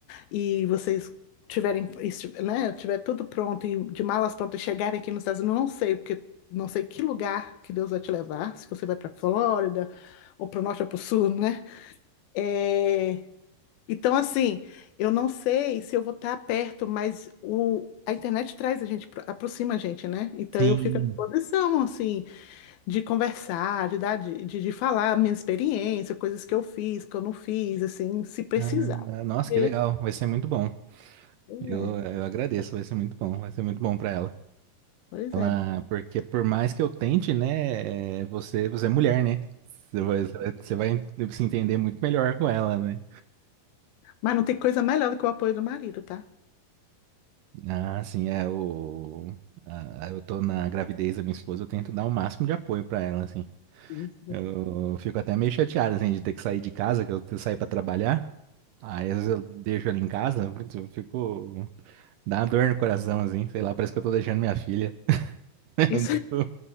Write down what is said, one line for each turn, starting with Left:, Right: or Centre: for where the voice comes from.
Left: e vocês tiverem, esti- né, tiver tudo pronto e de malas prontas chegarem aqui nos Estados Unidos, eu não sei, porque não sei que lugar que Deus vai te levar, se você vai para Flórida ou para o norte ou para o sul, né? É, então, assim, eu não sei se eu vou estar perto, mas o, a internet traz a gente, pro- aproxima a gente, né? Então,
Right: Sim.
Left: eu fico à disposição, assim, de conversar, de dar, de, de, de falar a minha experiência, coisas que eu fiz, que eu não fiz, assim, se precisar.
Right: Ah,
Left: né?
Right: nossa,
Left: Porque,
Right: que legal. Vai ser muito bom.
Left: pois
Right: Eu,
Left: é,
Right: eu agradeço, vai ser muito bom. Vai ser muito bom pra ela.
Left: pois
Right: Ela-
Left: é.
Right: porque por mais que eu tente, né, é, você, você é mulher, né? Você vai, você vai você vai se entender muito melhor com ela, né?
Left: Mas não tem coisa melhor do que o apoio do marido, tá?
Right: Ah, sim, é o a- eu tô na gravidez da minha esposa, eu tento dar o máximo de apoio pra ela, assim.
Left: Isso.
Right: Eu fico até meio chateado, assim, de ter que sair de casa, que eu tenho que sair pra trabalhar. Aí às vezes eu deixo ela em casa, putz, eu fico dá uma dor no coração, assim, sei lá, parece que eu tô deixando minha filha. <laughs> É
Left: Isso
Right: muito,